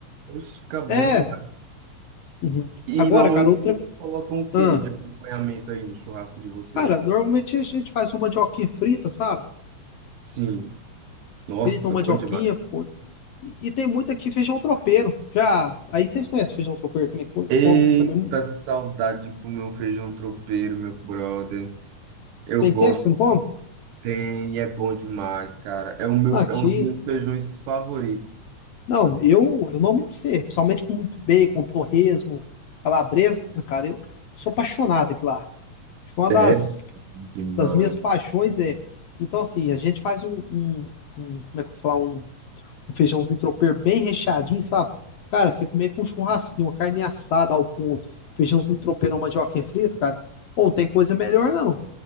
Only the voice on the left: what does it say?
É.
uhum.
Agora,
cara, outra.
aham.
Cara, normalmente a gente faz uma mandioquinha frita, sabe?
Frita uma mandioquinha,
pô. E, e tem muito aqui feijão tropeiro. Já, aí vocês conhecem feijão tropeiro também? co-
Como? Também
tem
tempo que você não come?
Aqui.
Não, eu, eu não me sei, principalmente com muito bacon, torresmo, calabresa, cara, eu sou apaixonado aqui lá. Acho que é uma das,
das minhas paixões é. Então, assim, a gente faz um, um, um- como é que eu vou falar? Um um feijãozinho tropeiro bem recheadinho, sabe? Cara, você comer com um churrasquinho, uma carne assada ao ponto, feijãozinho tropeiro, uma mandioquinha frita, cara, ou não tem coisa melhor, não.